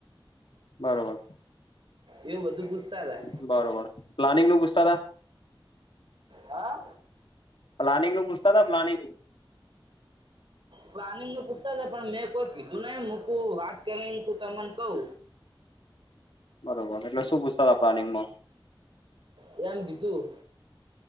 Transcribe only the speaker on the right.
એવું બધું પૂછતા હતા.
હા
પ્લાનિંગ ન પૂછતા પણ મેં કોઈ કીધું નહી મૂકું વાત કરીક ત મને કવ.
એમ કીધું.